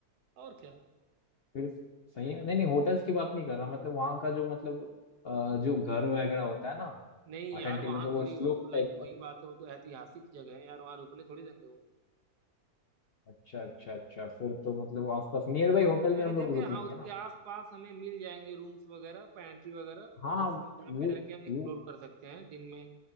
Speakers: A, on the right; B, on the left.
A: और क्या
B: फिर सही है नहीं नहीं होटल्स की बात नहीं कर रहा मतलब वहाँ का जो मतलब अ, जो घर वगैरह होता है ना
A: नहीं
B: ऑथेंटिक
A: यार वहाँ
B: मतलब वो
A: थोड़ी
B: स्लोप
A: वो तो लाइक
B: टाइप
A: वही
B: का
A: बात है वो तो ऐतिहासिक जगह है यार वहाँ रुकने थोड़ी देंगे वो
B: अच्छा अच्छा अच्छा फिर तो मतलब आसपास नियर बाई
A: वो
B: होटल
A: रुकने
B: में
A: नहीं
B: हम
A: देंगे
B: लोग रुक
A: हाँ
B: लेंगे
A: उसके
B: ना
A: आसपास हमें मिल जाएंगे रूम्स वगैरह पेंट्री वगैरह
B: हाँ
A: जिस
B: वो
A: जहाँ पे रह के हम एक्सप्लोर
B: वो
A: कर सकते हैं दिन में